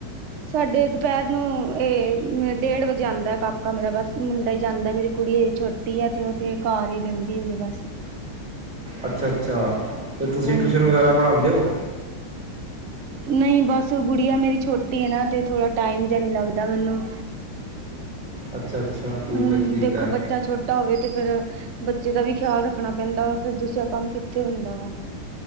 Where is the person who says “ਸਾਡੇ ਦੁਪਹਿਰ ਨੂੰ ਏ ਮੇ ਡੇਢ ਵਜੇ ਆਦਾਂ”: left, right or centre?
Right